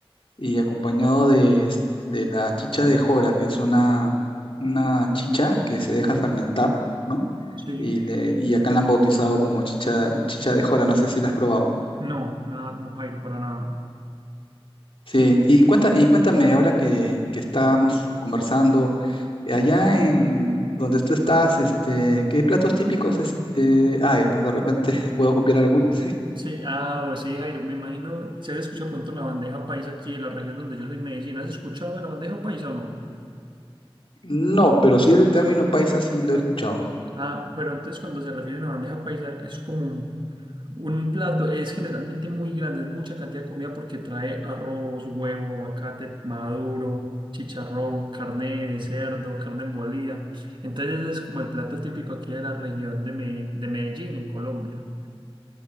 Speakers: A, on the left (about 65°); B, on the right (about 55°).
A: y acompañado de, es- de la chicha de jora, que es una, una chicha que se deja fermentar, ¿no?
B: sí.
A: Y, le- y acá la han bautizado como chicha, chicha de jora, no sé si la has probado.
B: No, nada, no, Jairo, para nada.
A: Sí,
B: Eh,
A: y cuenta, y cuéntame ahora que, que estábamos conversando, eh, allá en donde tú estás, este, ¿qué platos típicos este, hay, no? De repente <laughs> puedo copiar algunos. <laughs>
B: Sí, ah, o sí, Jairo, me imagino, si has escuchado pronto la bandeja paisa aquí de la región donde yo soy, Medellín, ¿has escuchado de la bandeja paisa o no?
A: No, pero sí el término paisa sí lo he escuchado.
B: Ah, pero entonces cuando se refieren a bandeja paisa es como un, un plato, es generalmente muy grande, es mucha cantidad de comida porque trae arroz, huevo, aguacate maduro, chicharrón, carne de cerdo, carne molida. Entonces es como el plato típico aquí de la región de, Me- de Medellín, en Colombia.